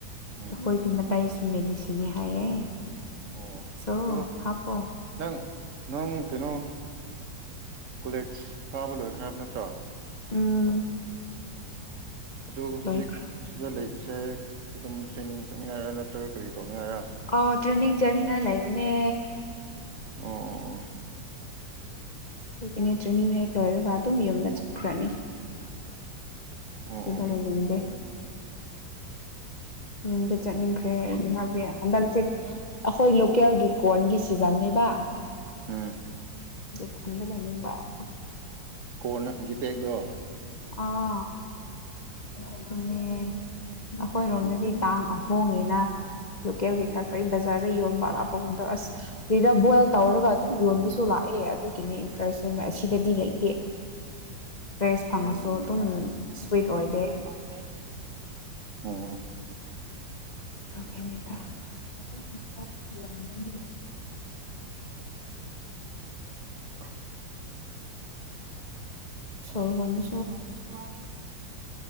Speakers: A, on the right (about 50°); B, on the left (about 60°).
A: ꯎꯝ
B: ꯑꯩꯈꯣꯏꯒꯤ ꯃꯇꯩꯁꯨ ꯃꯦꯗꯤꯁꯤꯟꯅꯤ ꯍꯥꯏꯌꯦ
A: ꯑꯣ
B: ꯁꯣ
A: ꯑꯗꯣ
B: ꯍꯥꯞꯄꯣ
A: ꯅꯪ ꯅꯪ ꯀꯩꯅꯣ ꯀꯣꯂꯦꯖ ꯀꯥꯕ ꯂꯣꯏꯈ꯭ꯔꯦ ꯍꯥꯏꯕ ꯅꯠꯇ꯭ꯔꯣ
B: ꯎꯝ
A: ꯑꯗꯨ ꯍꯧꯖꯤꯛ
B: ꯂꯣꯏꯈ꯭ꯔꯦ
A: ꯁꯤꯗ ꯂꯩꯕꯁꯦꯝ ꯑꯗꯨꯝ ꯇ꯭ꯔꯦꯅꯤꯡ ꯆꯠꯅꯤꯉꯥꯏꯔ ꯅꯠꯇ꯭ꯔꯒ ꯀꯔꯤ ꯇꯧꯅꯤꯉꯥꯏꯔ
B: ꯑꯣ ꯇ꯭ꯔꯦꯅꯤꯡ ꯆꯠꯅꯤꯉꯥꯏ ꯂꯩꯕꯅꯦ
A: ꯑꯣ ꯑꯣ ꯑꯣ
B: ꯑꯗꯨꯒꯤꯅꯦ ꯇ꯭ꯔꯦꯅꯤꯡ ꯍꯦꯛ ꯂꯣꯏꯔꯒ ꯑꯗꯨꯝ ꯌꯨꯝꯗ ꯆꯠꯈ꯭ꯔꯅꯤ
A: ꯑꯣ ꯑꯣ
B: ꯁꯤꯗꯥ
A: ꯑꯣ
B: ꯂꯩꯅꯤꯡꯗꯦ ꯌꯨꯝꯗ ꯆꯠꯅꯤꯡꯈ꯭ꯔꯦ ꯑꯩꯗꯤ ꯍꯥꯏꯕꯗꯤ ꯍꯟꯗꯛꯁꯦ ꯑꯩꯈꯣꯏ ꯂꯣꯀꯦꯜꯒꯤ ꯀꯣꯔꯟꯒꯤ ꯁꯤꯖꯟꯅꯤꯕ
A: ꯎꯝ
B: ꯈꯨꯜꯗꯥ ꯂꯩꯅꯤꯡꯕ
A: ꯀꯣꯟꯅ ꯒꯤꯇꯦꯛꯗꯣ
B: ꯑꯥ ꯑꯗꯨꯅꯦ ꯑꯩꯈꯣꯏꯔꯣꯝꯗꯗꯤ ꯇꯥꯡ ꯑꯍꯣꯡꯉꯤꯅ ꯂꯣꯀꯦꯜꯒꯤ
A: ꯎꯝ
B: ꯈꯛꯇꯒꯤ ꯕꯖꯥꯔꯒ ꯌꯣꯟꯕ ꯑꯂꯥꯞꯄꯒꯨꯝꯗ ꯑꯁꯤꯗ ꯕꯣꯏꯜ ꯇꯧꯔꯒ ꯑꯗꯨꯝ ꯌꯣꯟꯕꯁꯨ ꯂꯥꯛꯑꯦ ꯑꯗꯨꯒꯤꯅꯤ ꯏꯟꯇꯔꯦꯁꯁꯨ ꯑꯁꯤꯗꯗꯤ ꯂꯩꯇꯦ ꯔꯦꯁ꯭ꯠ ꯐꯪꯉꯁꯨ ꯑꯗꯨꯝ ꯁ꯭ꯋꯤꯠ ꯑꯣꯏꯗꯦ
A: <unintelligible> ꯑꯣꯏꯗꯦ ꯎꯝ
B: ꯑꯗꯨꯒꯤꯅꯤꯗ <unintelligible>
A: <inaudible>
B: ꯁꯣꯔꯍꫭꯟꯅꯤ
A: ꯁꫭꯔꯍꫭꯟꯕꯁꯨ ꯋꯥꯏ